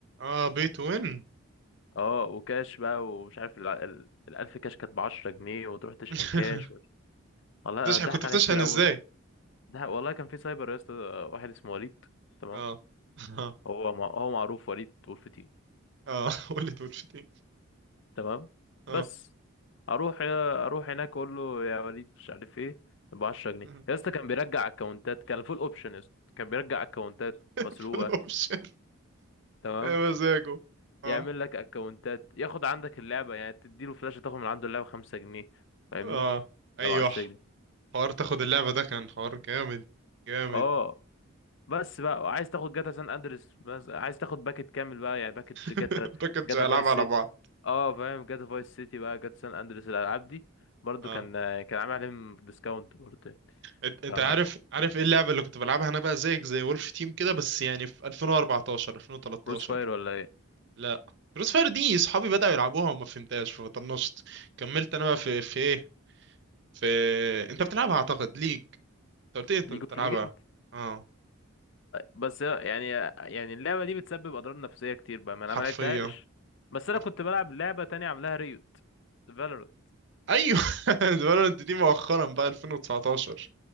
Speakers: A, on the right; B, on the left.
A: اه بيت وين
B: اه وكاش بقى ومش عارف ال- ال- الألف كاش كانت بعشرة جنيه وتروح تشحن
A: <laughs>
B: كاش والله
A: بتشحن
B: ضحك
A: كنت
B: عليا
A: بتشحن
B: كتير
A: ازاي
B: أوي ده والله كان في سايبر يا اسطى آه، واحد اسمه وليد تمام
A: اه <laughs>
B: هو مع- هو معروف وليد وولف تيم
A: اه <laughs> قول لي دول في تاني
B: تمام
A: اه
B: بس اروح اروح هناك اقول له يا وليد مش عارف ايه ب 10 جنيه
A: <laughs>
B: يا اسطى كان بيرجع اكونتات كان فول اوبشن يا اسطى كان بيرجع اكونتات مسروقه
A: فول اوبشن
B: تمام
A: يا مزاجه
B: يعمل
A: اه
B: لك اكونتات ياخد عندك اللعبه يعني تديله فلاشه تاخد من عنده اللعبه 5 جنيه فاهمني
A: اه ايوه
B: لو 10 جنيه
A: حوار تاخد اللعبة ده كان حوار جامد جامد
B: اه بس بقى عايز تاخد جاتا سان اندريس بس عايز تاخد باكت كامل بقى يعني باكت جاتا
A: <laughs> ده كنتش
B: جاتا
A: العاب
B: فايس
A: على
B: سيتي
A: بعض
B: اه فاهم جاتا فايس سيتي بقى جاتا سان اندريس الالعاب دي برضو
A: اه
B: كان كان عامل عليهم ديسكاونت برضو يعني.
A: انت انت
B: ف
A: عارف عارف ايه اللعبة اللي كنت بلعبها انا بقى زيك زي وولف تيم كده بس يعني في 2014 2013
B: كروس فاير ولا ايه
A: لا كروس فاير دي صحابي بدأوا يلعبوها وما فهمتهاش فطنشت كملت انا بقى في في ايه في انت بتلعبها اعتقد ليج انت قلت لي انت
B: ليج
A: بتلعبها
B: اوف ليجند
A: اه
B: بس يعني يعني اللعبه دي بتسبب اضرار نفسيه كتير بقى ما انا
A: حرفيا
B: ما لعبتهاش بس انا
A: حرف
B: كنت بلعب لعبه تانية عاملاها ريوت فالورانت
A: ايوه <laughs> فالورانت دي مؤخرا بقى 2019